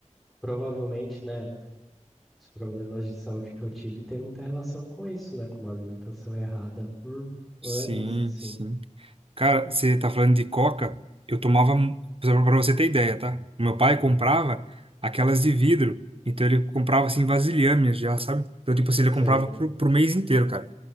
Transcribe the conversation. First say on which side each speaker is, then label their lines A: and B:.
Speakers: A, in the centre; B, on the right (about 45°).
A: provavelmente, né, os problemas de saúde que eu tive tem muita relação com isso, né, com uma alimentação errada por anos,
B: Sim,
A: assim.
B: sim. Cara, você tá falando de coca? Eu tomava, mu- pra pra você ter ideia, tá? O meu pai comprava aquelas de vidro. Então ele comprava assim vasilhames já, sabe? Então, tipo assim, ele
A: Sei.
B: comprava pro, pro mês inteiro, cara.